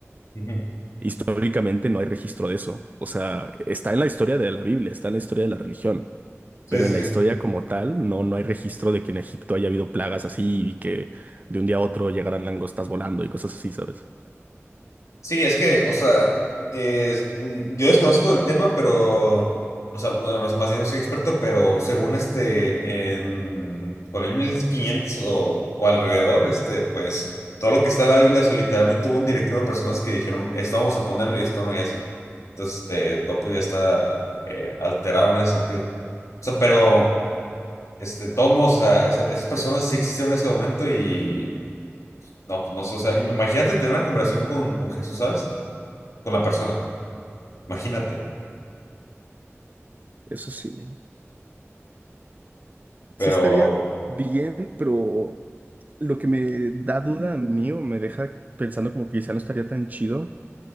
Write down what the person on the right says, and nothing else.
Históricamente no hay registro de eso. O sea, está en la historia de la Biblia, está en la historia de la religión
pero
en la
historia como tal, no, no hay registro de que en Egipto haya habido plagas así y que de un día a otro llegaran langostas volando y cosas así, ¿sabes?
Eso sí,
sí estaría bien, pero lo que me da duda a mí o me deja pensando como que quizá no estaría tan chido